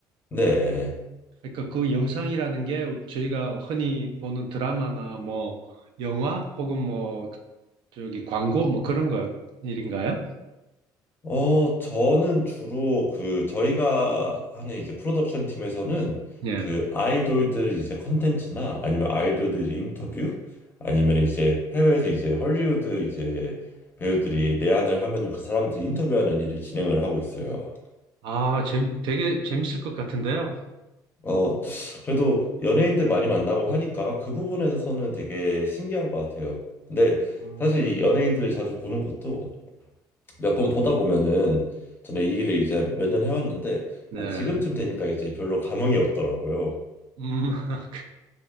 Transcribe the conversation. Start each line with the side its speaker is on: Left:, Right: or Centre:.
Left: 네.
Right: 그러니까 그 영상이라는 게 저희가 흔히 보는 드라마나 뭐, 영화 혹은 뭐, 저기 광고 뭐 그런 거 일인가요?
Left: 어, 저는 주로 그 저희가 하는 이제 프로덕션 팀에서는
Right: 예.
Left: 그 아이돌들 이제 컨텐츠나 아니면 아이돌들 인터뷰 아니면 이제 해외에서 이제 헐리우드 이제 배우들이 내한을 하면은 그 사람들 인터뷰하는 일을 진행을 하고 있어요.
Right: 아, 재, 되게 재밌을 것 같은데요.
Left: 어, 그래도 연예인들 많이 만나고 하니까 그 부분에서는 되게 신기한 것 같아요. 근데
Right: 아,
Left: 사실 이 연예인들을 자주 보는 것도 몇 번 보다 보면은 저는 이 일을 이제 몇 년 해왔는데
Right: 네.
Left: 한 지금쯤 되니까 이제 별로 감흥이 없더라고요.
Right: 음, <laughs>